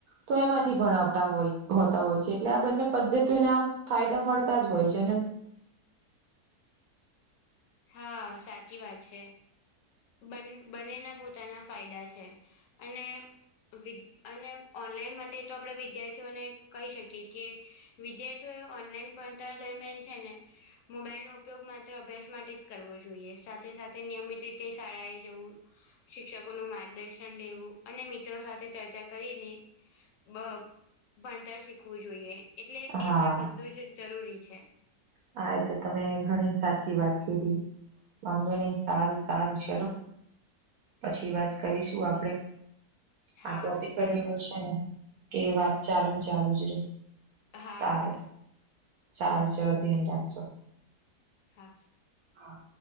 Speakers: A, on the right; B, on the left.
A: તો એમાંથી ભણાવતા હોય હોતા હોય છે એટલે આ બંને પદ્ધતિઓને આમ ફાયદા મળતા જ હોય છે અને
B: હા સાચી વાત છે બ બનેના પોતાના ફાયદા છે અને વિ અને ઓનલાઈન માટે તો આપણે વિદ્યાર્થીઓને કહી શકીએ કે વિદ્યાર્થીઓ એ ઓનલાઈન ભણતાર દરમિયાન છે ને મોબાઈલનોો ઉપયોગ માત્ર અભ્યાસ માટે કરવો જોઈએ સાથે સાથે નિયમિત રીતે શાળાએ જવું શિક્ષકોનું માર્ગદર્શન લેવું અને મિત્રો સાથે ચર્ચા કરીને બ ભણતર શીખવું જોઈએ એટલે
A: હા
B: એ પણ બધું જ જરૂરી છે.
A: હા એ તો તમે ઘણી સાચી વાત કીધી. વાંધો નહી સારું સારું ચલો. પછી વાત કરીશું આપડે.
B: હા
A: આ ટોપિક
B: સારું
A: જ જેવું છે કે વાત ચાલુ ને ચાલુ જ રે.
B: હા‌.
A: સારું સારું ચાલો ધ્યાન રાખજો.
B: હા.
A: હા.